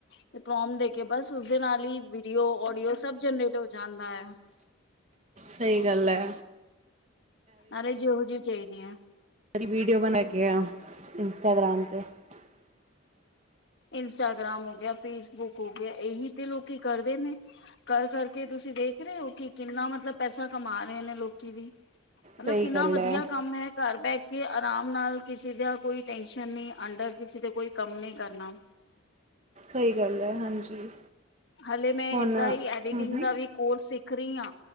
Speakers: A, on the left; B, on the right.
A: ਤੇ ਪ੍ਰੋਮ ਦੇ ਕੇ ਬਸ ਉਸਦੇ ਨਾਲ ਈ ਵੀਡੀਓ, ਆਓਡੀਓ ਸਬ ਜਨਰੇਟ ਹੋ ਜਾਂਦਾ ਐ।
B: ਸਈ ਗੱਲ ਐ।
A: ਅਰੇ ਜੇ ਹੋ ਜੀ ਚਾਈਦੀ ਐ।
B: ਕਦੀ ਵੀਡੀਓ ਬਣਾ ਕੇ ਆ ਇੰਸਟਾਗ੍ਰਾਮ ਤੇ <inaudible>
A: ਇੰਸਟਾਗ੍ਰਾਮ ਹੋ ਗਿਆ ਫੇਸਬੁੱਕ ਹੋ ਗਿਆ ਏਹੀ ਤੇ ਲੋਕੀ ਕਰਦੇ ਨੇ। ਕਰ ਕਰਕੇ ਤੁਸੀਂ ਦੇਖ ਰੇ ਓ ਕਿ ਕਿੰਨਾ ਮਤਲਬ ਪੈਸਾ ਕਮਾ ਰੇ ਨੇ ਲੋਕੀ ਵੀ। ਮਤਲਬ
B: ਸਹੀ
A: ਕਿੰਨਾ
B: ਗੱਲ
A: ਵਦੀਆਂ
B: ਹੈ
A: ਕੰਮ ਐ ਘਰ ਬੈ ਕੇ ਆਰਾਮ ਨਾਲ ਕਿਸੇ ਦਾ ਕੋਈ ਟੈਨਸ਼ਨ ਨੀ ਅੰਡਰ ਕਿਸੇ ਤੇ ਕੋਈ ਕੰਮ ਨੀ ਕਰਨਾ।
B: ਸਈ ਗੱਲ ਐ ਹਾਂਜੀ।
A: ਹਲੇ ਮੈਂ
B: ਹੁਣ
A: ਏਦਾਂ
B: ਹਮ
A: ਈ ਐਡੀਟਿੰਗ
B: ਹਮ
A: ਦਾ ਵੀ ਕੋਰਸ ਸਿੱਖ ਰੀ ਆ